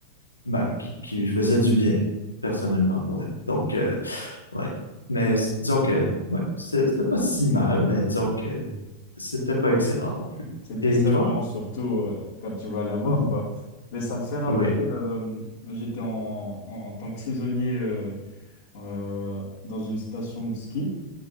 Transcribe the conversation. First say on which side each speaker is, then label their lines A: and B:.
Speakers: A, on the left; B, on the left.
A: ben, qui, qui lui faisaient du bien, personnellement, pour elle. Donc, euh, ouais. Mais c- disons que, ouais, c'est- c'était pas si mal, mais disons que c'était pas excellent non plus.
B: C'est décevant,
A: Et toi?
B: surtout euh, quand tu vas l'avoir,
A: Mhm.
B: quoi. Mais ça me fait rappeler,
A: Oui,
B: euh, j'étais en, en, en tant que saisonnier euh, euh, dans une station de ski.